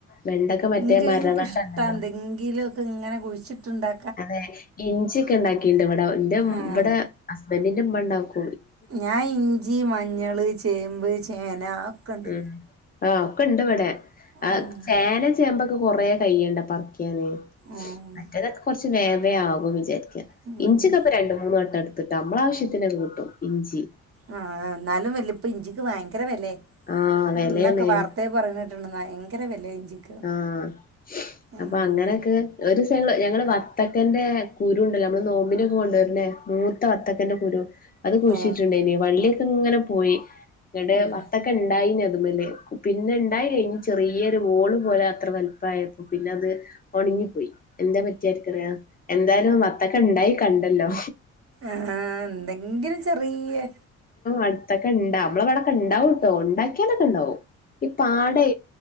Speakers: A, on the left; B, on the right.
A: വെണ്ടക്ക മറ്റേ
B: എനിക്ക്‌
A: മരവെണ്ട
B: എനിക്ക് ഇഷ്ടാ
A: ഉണ്ടല്ലോ
B: എന്തെങ്കിലുമൊ ക്കെ ഇങ്ങനെ കുഴിച്ചിട്ടുണ്ടാ
A: അതെ ഇഞ്ചിയൊക്കെ ഉണ്ടാക്കിട്ടുണ്ട് ഇവിടെ എന്റെ
B: ആഹ്
A: ഇവിടെ ഹസ്ബൻഡിന്റെ ഉമ്മ ഉണ്ടാക്കും.
B: ഞാൻ ഇഞ്ചി മഞ്ഞള് ചേമ്പ് ചേന അതൊക്കെണ്ട്
A: ഉം ആ ഒക്കെ ഇണ്ട് ഇവിടെ ആ
B: ആഹ്
A: ചേന ചേമ്പൊക്കെ കൊറേ കയിയണ്ടേ പറി ക്കാന്
B: ആഹ്
A: മറ്റേതൊക്കെ കുറച്ച് വേവയാകുമെന്ന് വിചാരിക്കുക
B: ഉം
A: ഇഞ്ചിയൊക്കെ ഇപ്പം രണ്ടു മൂന്ന് വട്ടം എടു ത്തൂട്ടോ നമ്മടെ ആവശ്യത്തിനൊക്കെ കിട്ടും ഇഞ്ചി.
B: ആ എന്നാലും വല്ല ഇപ്പോ ഇഞ്ചിക്ക് ഭയങ്കര വിലയായി
A: ആഹ് വെലേണ്
B: ഇന്നൊക്കെ വാർ ത്തേ പറയണ കേട്ടിട്ടുണ്ട് ഭയങ്കര വിലയാ ഇഞ്ചിക്ക്
A: ആഹ്
B: ആഹ്
A: അപ്പം അങ്ങനൊക്കെ ഒരു ദിവസം ഞങ്ങള് ഞങ്ങള് വത്തക്കാന്റെ കുരു ഉണ്ടല്ലോ നമ്മള് നോമ്പിനൊക്കെ കൊണ്ടുവരുന്നേ മൂ ത്ത വത്തക്കാന്റെ കുരു അത് കുഴിച്ചിട്ടുണ്ടായിനി
B: ആഹ്
A: വള്ളിയൊക്കെ ഇങ്ങനെ പോയി ഇവിടെ
B: ഉം
A: വ ണ്ടായിനി അത്മൽ പിന്നെ ഇണ്ടായി കഴിഞ്ഞ് ചെറിയ ഒരു വോളും പോലെ അത്ര വെൽപ്പ ആയപ്പോ പിന്നെ അത് ഒണിങ്ങിപ്പോയി. എന്താ പറ്റിയത് ആർക്കറിയാ. എന്തായാലും വത്തക്ക ണ്ടായി കണ്ടല്ലോ.
B: ആഹ് എന്തെങ്കിലും ചെറീയേ
A: അടുത്തൊക്കെ ണ്ടാ നമ്മളെ വിടൊക്കെ ണ്ടാവുട്ടോ ണ്ടാക്കിയാലൊക്കെ ണ്ടാവും ഈ പാടേ